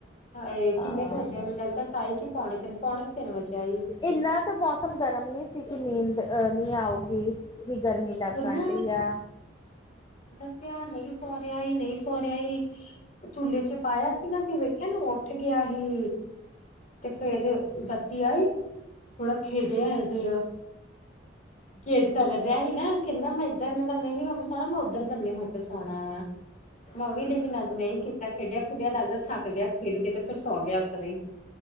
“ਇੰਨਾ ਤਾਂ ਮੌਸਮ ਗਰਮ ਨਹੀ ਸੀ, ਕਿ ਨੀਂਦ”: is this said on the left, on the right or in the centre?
Left